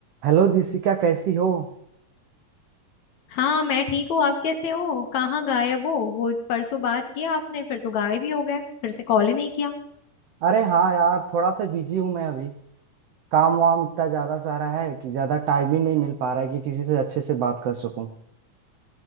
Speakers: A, on the right; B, on the left.
A: Hello Dishika कैसी हो
B: हाँ मैं ठीक हूँ आप कैसे हो कहाँ गायब हो वो परसों बात किया आपने फिर तो गायब ही हो गए फिर से कॉल ही नहीं किया
A: अरे हाँ यार थोड़ा सा बिजी हूँ मैं अभी काम वाम इतना ज्यादा सारा है कि ज्यादा टाइम ही नहीं मिल पा रहा है कि किसी से अच्छे से बात कर सकूं